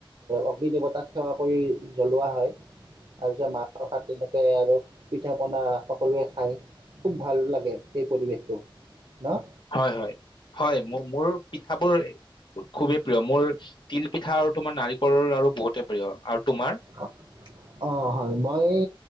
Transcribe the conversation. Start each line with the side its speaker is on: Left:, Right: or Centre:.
Right: অগ্নি দেৱতাক সেৱা কৰি জ্বলোৱা হয়, তাৰপিছত মাহ প্ৰসাদ তেনেকে আৰু পিঠা পনা সকলোৱে খায়, খুব ভাল লাগে সেই পৰিৱেশটো ন ।
Left: হয় হয়, হয় মোৰ মোৰো পি কথাবোৰ খুবেই প্ৰিয়, মোৰ তিল পিঠা আৰু ত আমাৰ নাৰিকলৰ লাৰু বহুতে প্ৰিয় আৰু তোমাৰ
Right: অ, অ, হয় মই মই,